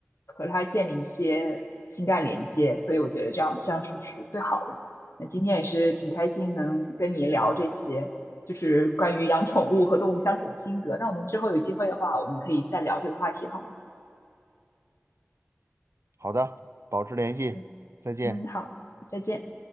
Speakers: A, on the left (about 80°); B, on the right (about 80°).
A: 和它建立一些情感连接。所以我觉得这样相处是最好的。那今天也是挺开心能跟你聊这些，就是关于养宠物和动物相处的心得。那我们之后有机会的话，我们可以再聊这个话题，好吗？
B: 好的，保持联系，
A: 嗯
B: 再见。
A: 嗯，好。再见。